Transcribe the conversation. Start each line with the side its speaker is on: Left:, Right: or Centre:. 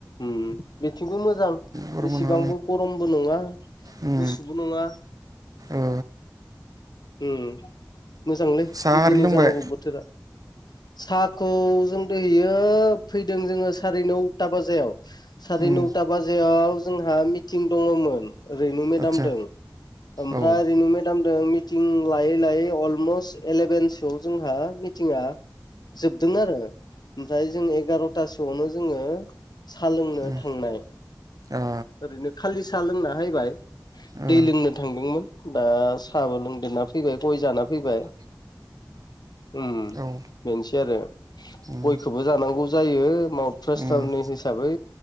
Left: उम उम बेथिंबो मोजां
Right: बर'मोनहा
Left: इसिबांबो गरमबो नङा
Right: उम
Left: गुसुबो नङा।
Right: ओ
Left: उम मोजांलै
Right: साहा
Left: बिदिनो
Right: हारि लोंबाय
Left: जानांगौ बोथोरा। साहाखौ जों दोहोयो फैदों जोङो साराय नौथा बाजायाव साराय
Right: उम
Left: नौथा बाजियाव जोंहा मिटिं दङमोन। रेनु मेदामदों
Right: आदसा
Left: ओमफ्राय
Right: औ ओ
Left: रेनु मे मदों मिटिं लायै लायै अलमस्ट एलेभेनसोआव जोंहा मिटिंआ जोबदों आरो ओमफ्राय जों एगार'थासोआवनो जोङो साहा लोंनो
Right: उम
Left: थांनाय
Right: ओ
Left: ओरैनो खालि साह लोंना हायबाय।
Right: ओ
Left: दै लोंनो थांदोंमोन दा साहाबो लोंदेरना फैबाय गय जाना फैबाय। उम
Right: औ
Left: बेनोसै आरो
Right: उम
Left: गयखौबो जानांगौ जायो माउथ्रा
Right: उम
Left: सारनि हिसाबै